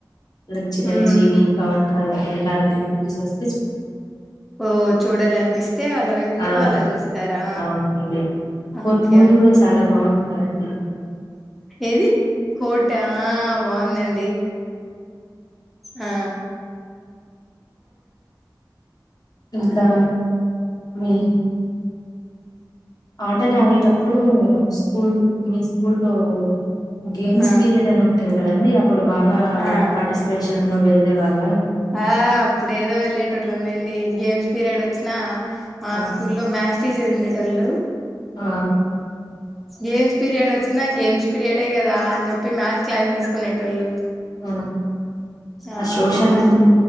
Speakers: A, on the left; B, in the centre.
A: లైక్ చిరంజీవి
B: ఉమ్
A: పవన్ కళ్యాణ్ ఇలాంటి మూవీస్ ఒస్
B: ఓ చూడాలనిపిస్తే అళ్ళ వకులు
A: ఆ
B: అలా చూస్తారా
A: అవునండి కోర్ట్
B: ఓకే
A: మూవీ
B: ఓ
A: కూడా చాలా బాగుంది కదండి
B: ఏది కోర్టు ఆ బాగుందండి ఆ ఆ
A: ఇంకా మీ ఆటలు ఆడేటప్పుడు స్కూల్ మీస్ కుళ్ళో గేమ్స్
B: ఆ
A: పీరియడ్ అని ఉంటాంది కదండి అప్పుడు బాగా
B: ఆ
A: పార్టిసిపేష్ గ వెళ్లేవాళ్ళ
B: ఆ అప్పుడేదో వెళ్ళేటోళ్ళం మెండి గేమ్స్ పీరియడ్ వచ్చినా మా
A: ఆ
B: స్కూల్ లో మ్యాక్స్ సిజీర్ ఉండేట్ టోళ్లు
A: ఆ
B: గేమ్స్ పీరియడ్ వచ్చినా గేమ్స్ పీరియడే కదా అని చెప్పి మ్యాక్స్ క్లాస్ తీసుకునేటోళ్ళు
A: ఆహ
B: ఆ
A: అ సోషల్
B: అట్లా